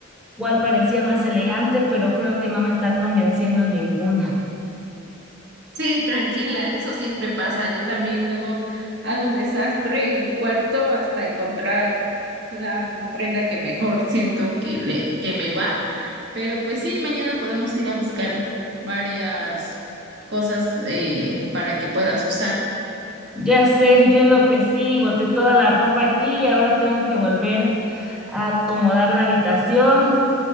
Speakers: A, in the centre; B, on the right (about 55°).
A: cuál parecía más elegante, pero creo que no me está convenciendo ninguna. <laughs>
B: Sí, tranquila, eso siempre pasa. Yo también luego hago un desastre en mi cuarto hasta encontrar la prenda que mejor siento que le que me va. Pero pues sí, mañana podemos ir a buscar varias cosas eh, para que puedas usar.
A: Ya sé, yo enloquecí, boté toda la ropa aquí y ahora tengo que volver a acomodar la habitación.